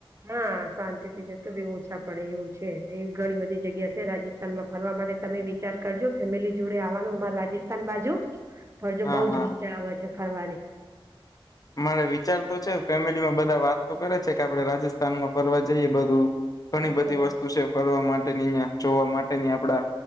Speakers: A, on the right (about 30°); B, on the left (about 40°).
A: હા શાંતિથીતે તો બી ઓછા પડે એવું છે એ ઘણી બધી જગ્યા છે રાજ. માં ફરવા માટે તમે વિચાર કરજો ફેમિલી જોડે આવવાનું અમાર રાજસ્થાન બાજુ.
B: <inaudible>
A: ફરજો બઉજ
B: હા
A: મજા આવેછે ફરવાની.
B: મારે વિચાર તો છે, ફેમિલીમાં બધા વાત તો કરે છે કે આપડે રાજસ્થાનમાં ફરવા જઈએ બધું ઘણી
A: હા
B: બધી
A: તમા
B: વસ્તુ છે ફરવા માટેની અહિયાં જોવા માટેની આપડા